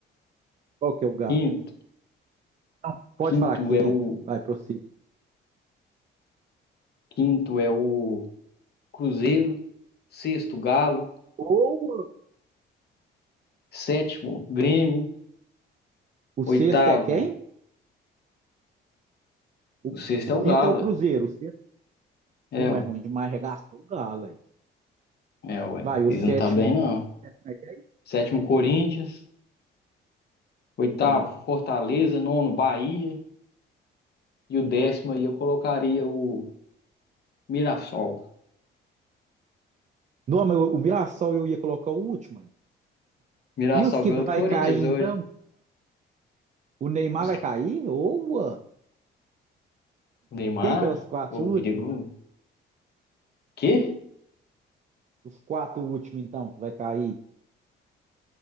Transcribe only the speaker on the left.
Quinto,
quinto
é o
quinto é o Cruzeiro. Sexto, Galo.
Sétimo, Grêmio.
Oitavo,
o sexto
é o
Galo.
É,
É,
É, ué.
Eles
não tá bem, não.
Sétimo, Corinthians. Oitavo,
Fortaleza. Nono, Bahia. E o décimo aí eu colocaria o Mirassol.
Mirassol
ganhou
do Corinthians
hoje.
Os-
O Neymar,
ô,
o perigo. Quê?